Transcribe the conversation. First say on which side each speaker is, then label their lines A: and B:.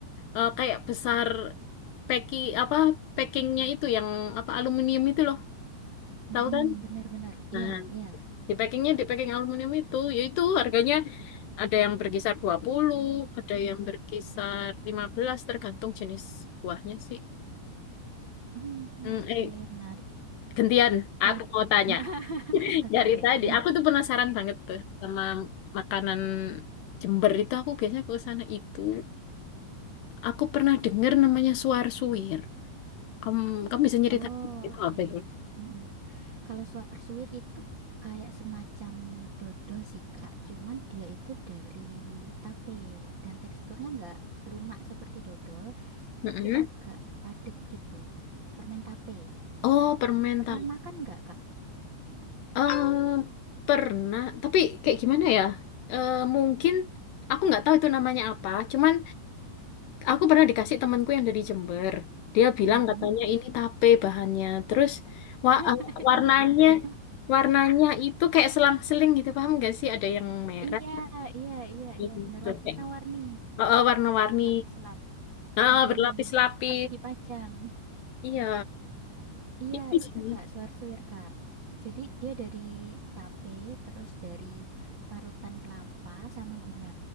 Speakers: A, on the left; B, on the right.
A: eh, kayak besar packing apa packingnya itu yang apa aluminium itu loh tahu
B: Mm
A: kan
B: benar-benar.
A: nah
B: Iya, iya.
A: di packingnya di packing aluminium itu yaitu harganya ada yang berkisar dua puluh ada yang berkisar lima belas tergantung jenis buahnya sih
B: Hmm,
A: Hmm,
B: oke,
A: eh
B: menarik.
A: gantian
B: Kali
A: aku mau tanya
B: <laughs>
A: <laughs>
B: Oke,
A: dari tadi
B: ya.
A: aku tuh penasaran
B: gitu.
A: banget tuh sama makanan Jember itu aku biasanya ke sana itu Aku pernah dengar namanya suar-suir. Em, kamu bisa nyeritain
B: Oh,
A: itu
B: oke.
A: apa itu?
B: Mm-mm. Kalau suar-suwir itu kayak semacam dodol sih, Kak. Cuman dia itu dari tape dan teksturnya nggak lunak seperti dodol,
A: Mm-mm.
B: tapi agak padat gitu. Permen tape.
A: Oh, permen
B: Pernah
A: tahu.
B: makan nggak, Kak?
A: Eh, pernah, tapi kayak gimana ya? Eh, mungkin aku nggak tahu itu namanya apa. Cuman aku pernah dikasih temanku yang dari Jember. Dia bilang
B: Mm-mm.
A: katanya ini tape bahannya. Terus wa- eh,
B: <laughs>
A: warnanya
B: Ya itu.
A: warnanya itu kayak selang-seling gitu, paham nggak sih? Ada yang merah,
B: Iya, iya, iya,
A: gitu
B: iya. Benar warna-warni.
A: kayak eh, eh, warna-warni,
B: Lapis lap.
A: Ah,
B: Mm-mm.
A: berlapis-lapis.
B: Persegi panjang.
A: Iya.
B: Iya,
A: Ini
B: itu
A: sih.
B: Kak, suwir-suwir Kak. Jadi dia dari tape, terus dari parutan kelapa sama gula.